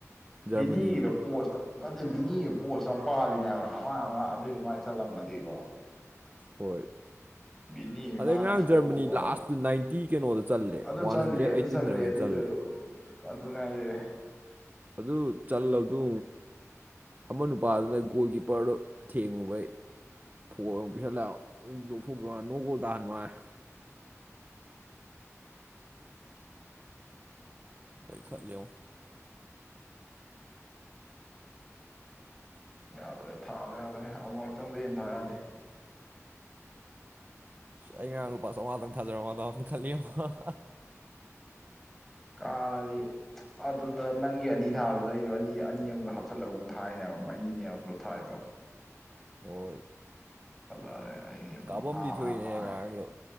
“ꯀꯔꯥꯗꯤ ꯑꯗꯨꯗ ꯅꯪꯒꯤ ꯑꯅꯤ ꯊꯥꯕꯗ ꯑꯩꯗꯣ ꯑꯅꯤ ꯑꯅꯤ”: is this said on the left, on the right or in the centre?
Centre